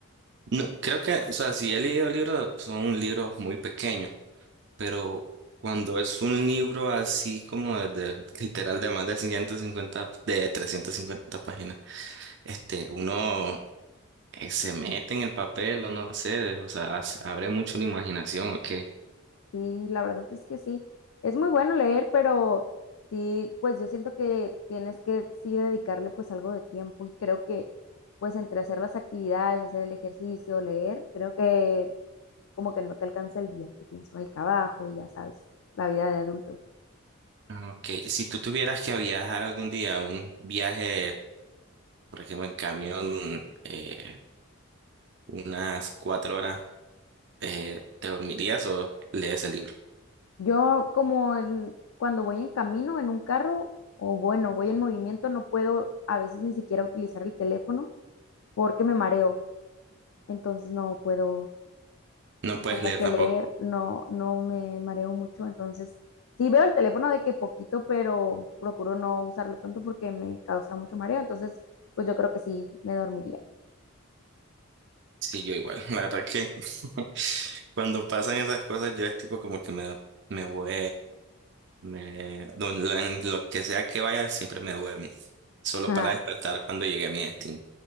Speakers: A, on the right; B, on the left.
A: No, creo que, o sea, si he leído libros, son libros muy pequeños. pero cuando es un libro así como de, de- literal de más de 150, de 350 páginas, este, uno eh, se mete en el papel o no sé, de- o sea, as- abre mucho la imaginación, ¿o qué?
B: Sí, la verdad es que sí. Es muy bueno leer, pero sí, pues yo siento que tienes que sí dedicarle pues algo de tiempo y creo que pues entre hacer las actividades, hacer el ejercicio, leer, creo que como que no te alcanza el día, que pienso el trabajo y ya sabes, la vida de adulto.
A: Ah, Ok, si tú tuvieras que viajar algún día, un viaje, por ejemplo, en camión, eh, unas cuatro horas, eh, ¿te dormirías o lees el libro?
B: Yo como en- cuando voy en camino, en un carro, o bueno, voy en movimiento, no puedo a veces ni siquiera utilizar el teléfono porque me mareo, entonces no puedo
A: No puedes
B: como
A: leer
B: que
A: tampoco.
B: leer no, no me mareo mucho, entonces sí veo el teléfono de que poquito, pero procuro no usarlo tanto porque me causa mucho mareo, entonces pues yo creo que sí me dormiría.
A: Sí, yo igual. <laughs> La verdad que <laughs> cuando pasan esas cosas, yo es tipo como que me, me, voy me, lo- lo- en lo que sea que vaya, siempre me duermo. Solo
B: <laughs>
A: para despertar cuando llegue a mi destino.